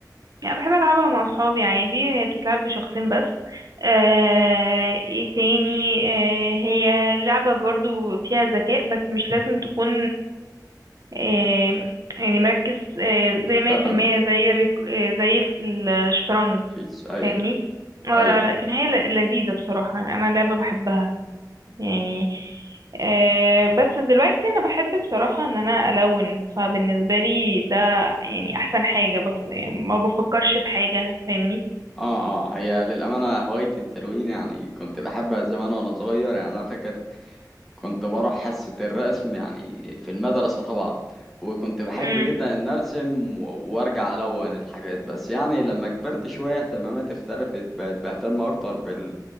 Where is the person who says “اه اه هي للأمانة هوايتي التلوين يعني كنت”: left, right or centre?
Centre